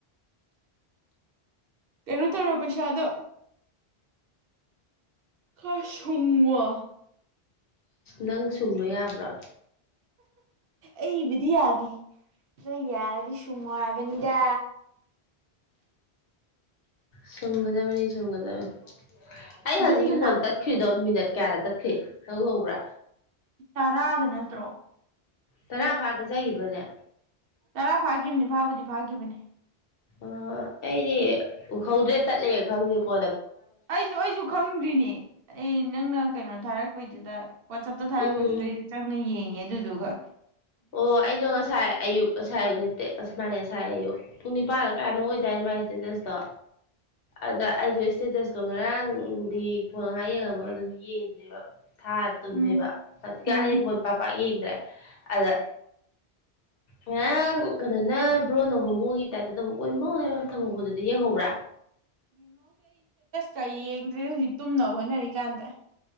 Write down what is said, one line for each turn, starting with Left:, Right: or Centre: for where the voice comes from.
Right: ꯀꯩꯅꯣ ꯇꯧꯔꯣ ꯄꯩꯁꯥꯗꯣ ꯈꯥꯁꯃ
Left: ꯅꯪ ꯁꯪꯕ ꯑꯕꯔꯠ
Right: ꯑꯩꯕꯗꯤ ꯌꯥꯗ ꯅ ꯌꯥꯔꯗꯤ ꯁꯨꯡꯃꯣꯏꯕꯅꯤꯗ
Left: ꯁꯒꯗꯥꯕꯅꯤ ꯁꯒꯗꯥꯕꯅꯤ
Right: ꯑꯁ
Left: ꯑꯩ ꯍꯧꯖꯤꯛꯀꯤ
Right: ꯌꯨꯝꯗ
Left: ꯐꯣꯟ
Right: ꯂꯥꯛꯄꯅꯦ
Left: ꯇꯠꯈ꯭ꯔꯤꯗꯣ
Right: ꯄꯨꯡ
Left: ꯃꯤꯅꯠ ꯀꯌꯥꯅ ꯊꯦ ꯍ ꯍꯧꯕ꯭ꯔꯥ
Right: ꯇꯔꯥꯗ ꯅꯠꯇ꯭ꯔꯣ
Left: ꯇꯔꯥ ꯐꯥꯗ ꯆꯥꯏꯈꯤꯕ꯭ꯔꯅꯦ
Right: ꯇꯔꯥ ꯐꯥꯈꯤꯕꯅꯤ ꯐꯥꯕꯗꯤ ꯐꯥꯈꯤꯕꯅꯤ
Left: ꯑꯣ ꯑꯩꯗꯤ ꯎꯍꯧꯗ꯭ꯔꯦ ꯇꯠꯂꯦ ꯈꯪꯗꯦꯀꯣ
Right: ꯑꯩꯁꯨ ꯑꯩꯁꯨ ꯈꯪꯗ꯭ꯔꯤꯅꯦ ꯑꯦ ꯅꯪꯅ ꯀꯩꯅꯣ ꯊꯥꯔꯛꯄꯩ ꯑꯗꯨꯗ ꯋꯥꯆꯞꯇ ꯊꯥꯔꯛꯄꯗꯨꯗꯩ
Left: ꯎꯝ
Right: ꯆꯪꯅ ꯌꯦꯡꯉꯦ ꯖꯒ
Left: ꯑꯣ ꯑꯩꯗꯣ ꯉꯁꯥꯏ ꯑꯌꯨꯛ ꯑꯁꯥꯏ ꯑꯌꯨꯛ ꯅꯠꯇꯦ ꯑꯁꯨꯃꯥꯏꯅ ꯑꯁꯥꯏ ꯑꯌꯨ ꯄꯨꯡ ꯅꯤꯄꯥꯜꯒ ꯀꯌꯥꯅꯪ ꯑꯣꯏꯇꯥꯔꯦ ꯃꯥꯥꯏ ꯏꯁꯇꯦꯇꯁꯇꯣ ꯑꯗ ꯑꯩꯗꯣ ꯏꯁꯇꯦꯇꯁꯇꯣ ꯉꯔꯥꯡꯗꯤ ꯐꯣꯟ ꯉꯥꯏꯍꯥꯛ ꯌꯦꯡꯉꯝꯃꯒ ꯑꯗꯨꯝ ꯌꯦꯡꯗ꯭ꯔꯦꯕ ꯊꯥꯔ ꯇꯨꯝꯃꯦꯕ
Right: ꯎꯝ
Left: ꯍꯧꯖꯤꯛꯀ
Right: ꯎꯝ
Left: ꯑꯩ ꯐꯣꯜ ꯄꯄꯥꯛ ꯌꯦꯡꯗ꯭ꯔꯦ ꯑꯗ ꯉꯥꯡ ꯀꯩꯅꯣꯅ ꯕ꯭ꯔꯣꯟꯅ ꯍꯣꯡꯃꯣꯒꯤ ꯇꯥꯏꯞꯇ ꯊꯕꯛ ꯀꯃꯣ ꯍꯥꯏꯕ ꯊꯕꯛꯄꯗꯨꯗꯤ ꯌꯦꯡꯍꯧꯕ꯭ꯔꯥ
Right: ꯀꯩ ꯌꯦꯡꯗꯦ ꯍꯧꯖꯤꯛ ꯇꯨꯝꯅꯕ ꯍꯣꯅꯦ ꯀꯗ